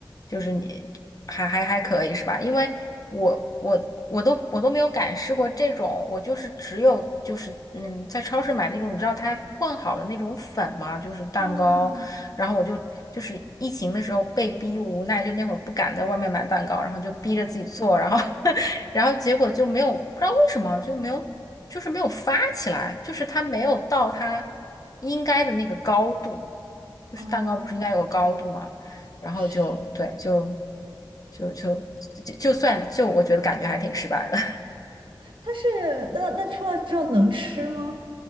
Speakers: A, on the left; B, on the right.
A: 就是你还还还可以是吧？因为我我我都我都没有敢试过这种，我就是只有就是嗯在超市买那种你知道它混好的那种粉嘛，就是蛋糕。
B: 啊，
A: 然后我就就是疫情的时候被逼无奈，就那会儿不敢在外面买蛋糕，然后就逼着自己做，然后 <laughs> 然后结果就没有，不知道为什么就没有，就是没有发起来，就是它没有到它应该的那个高度，就是蛋糕不是应该有个高度吗？
B: 哦，
A: 然后就对，
B: 是，
A: 就就就就就算就我觉得感觉还挺失败的。
B: 它是那那出来之后能吃吗？